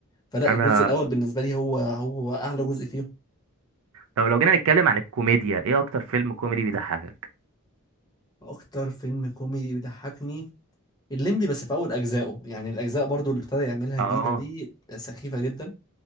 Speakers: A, on the left; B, on the right.
A: فلا
B: انا
A: الجزء الاول بالنسبه لي هو هو اعلى جزء فيهم
B: طب لو جينا نتكلم عن الكوميديا ايه اكتر فيلم كوميدي بيضحكك
A: اكتر فيلم كوميدي بيضحكني الليمبي بس في اول اجزائه يعني الاجزاء برضو اللي ابتدى يعملها
B: اه
A: جديده دي سخيفه جدا